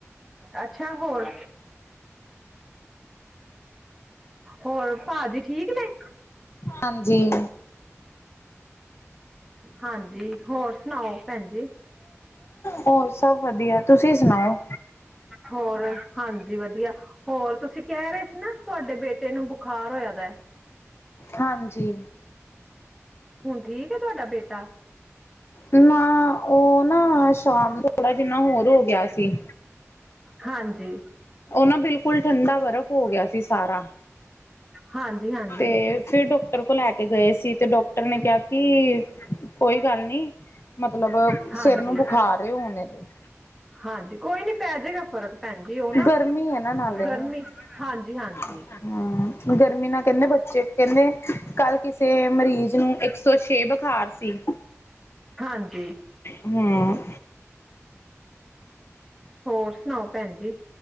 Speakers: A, in the centre; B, on the left (about 55°).
A: ਅੱਛਾ, ਹੋਰ ਹੋਰ ਭਾਜੀ ਠੀਕ ਨੇ
B: ਹਾਂਜੀ
A: ਹਾਂਜੀ, ਹੋਰ ਸੁਣਾਓ ਭੈਣ ਜੀ
B: ਹੋਰ ਸਭ ਵਧੀਆ ਤੁਸੀਂ ਸੁਣਾਓ
A: ਹੋਰ ਹਾਂਜੀ ਵਧੀਆ ਹੋਰ ਤੁਸੀਂ ਕਹਿ ਰਹੇ ਸੀ ਨਾ ਤੁਹਾਡੇ ਬੇਟੇ ਨੂੰ ਬੁੱਖ ਖਾਰ ਹੋਇਆ ਦਾ ਹੈ
B: ਹਾਂਜੀ
A: ਹੁਨ ਠੀਕ ਏ ਤੁਆਡਾ ਬੇਟਾ?
B: ਨਾ, ਓ ਨਾ ਸ਼ਾਮ <unintelligible> ਜਿੰਨਾ ਹੋਰ ਹੋ ਗੇਆ ਸੀ
A: ਹਾਂਜੀ
B: ਨਾ ਬਿਲ ਫੁਲ ਠੰਡਾ ਬਰਫ਼ ਹੋ ਗਿਆ ਸੀ ਸਾਰਾ
A: ਹਾਂਜੀ ਹਾਂਜੀ
B: ਤੇ ਫਿਰ ਡਾਕਟਰ ਕੋਲ ਲੈ ਕੇ ਗਏ ਸੀ ਤੇ ਡਾਕਟਰ ਨੇ ਕਿਹਾ ਕਿ ਕੋਈ ਗੱਲ ਨੀ ਮਤਲਬ
A: ਹਾਂਜੀ
B: ਸਿਰ ਨੂੰ ਬੁਖਾਰ ਏ ਓਹਨਾ ਦੇ <unintelligible>
A: ਹਾਂਜੀ ਕੋਈ ਨੀ ਪੈ ਜਾਏਗਾ ਫ਼ਰਕ ਭੈਣ ਜੀ ਉਹ ਨਾ
B: ਗਰਮੀ ਹੈ, ਨਾ-ਨਾ ਹਾਲੇ
A: ਗਰਮੀ
B: ਨੀ
A: ਹਾਂਜੀ ਹਾਂਜੀ
B: ਹੂੰ ਗਰਮੀ ਨਾਲ ਕਹਿੰਦੇ ਬੱਚੇ ਕਹਿੰਦੇ, ਕੱਲ ਕਿਸੇ ਮਰੀਜ਼ ਨੂੰ ਇੱਕ ਸੌ ਛੇ ਬੁਖਾਰ ਸੀ
A: ਹਾਂਜੀ
B: ਹੂੰ
A: ਹੋਰ ਸੁਣਾਓ ਭੈਣ ਜੀ?